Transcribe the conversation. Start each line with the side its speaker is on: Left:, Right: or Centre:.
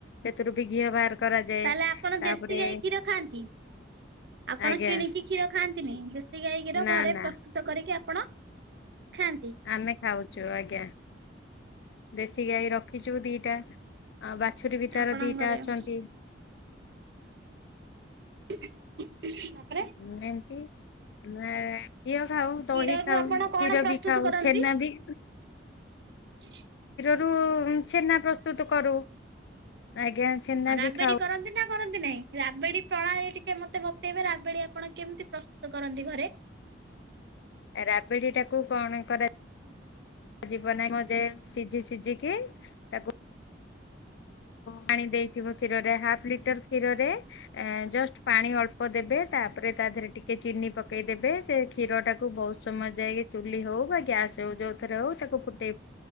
Left: ସେଥିରୁ ବି ଘିଅ ବାହାର କରାଯାଏ।
Right: ତାହେଲେ ଆପଣ ଦେଶୀ
Left: ତାପରେ
Right: ଗାଈ କ୍ଷୀର ଖାଆନ୍ତି । ଆପଣ
Left: ଆଜ୍ଞା
Right: କିଣିକି କ୍ଷୀର ଖାଆନ୍ତି ନି ଗାଈକ୍ଷୀର
Left: ନା
Right: ଘରେ
Left: ନା
Right: ପ୍ରସ୍ତୁତ କରିକି ଆପଣ ଖାଆନ୍ତି।
Left: ଆମେ ଖାଉଛୁ ଆଜ୍ଞା ଦେଶୀ ଗାଈ ରଖିଛୁ ଦିଟା। ଆଉ ବାଛୁରି ବି ତାର
Right: ଆପଣଙ୍କ
Left: ଦିଟା
Right: ଘରେ
Left: ଅଛନ୍ତି।
Right: ହୁଁ <inaudible> ତାପରେ
Left: ହୁଁ ଏମିତି ଆ ଘିଅ ଖାଉ,
Right: କ୍ଷୀରରୁ
Left: ଦହି ଖାଉ,
Right: ଆପଣ କଣ
Left: କ୍ଷୀର
Right: ପ୍ରସ୍ତୁତ
Left: ବି ଖାଉ,
Right: କରନ୍ତି?
Left: ଛେନା ବି
Right: <inaudible>
Left: ରୁ ଛେନା ପ୍ରସ୍ତୁତ କରୁ। ଆଜ୍ଞା ଛେନା
Right: ରାବେଡି
Left: ବି ଖାଉ।
Right: କରନ୍ତି ନା କରନ୍ତି ନାହିଁ ରାବେଡି ପ୍ରଣାଳୀ ଟିକେ ମତେ ବତେଇବେ। ରାବଡି ଆ ଆପଣ କେମିତି ପ୍ରସ୍ତୁତ କରନ୍ତି ଘରେ?
Left: ରାବେଡିଟାକୁ କଣ କରା ଯିବ ନାହିଁ ମ ଯେ ସିଝି ସିଝିକି ତାକୁ ପାଣି ଦେଇଥିବ କ୍ଷୀରରେ ହାଫ୍ ଲିଟର କ୍ଷୀରରେ ଆଁ ଜଷ୍ଟ ପାଣି ଅଳ୍ପ ଦେବେ ତାପରେ ତା ଦେହରେ ଟିକେ ଚିନି ପକେଇ ଦେବେ ସେ କ୍ଷୀର ଟାକୁ ବହୁତ ସମୟ ଯାଇକି ଚୁଲି ହଉ ବା ଗ୍ୟାସ ହଉ ଯୋଉ ଥରେ ହଉ ତାକୁ ଫୁଟେଇ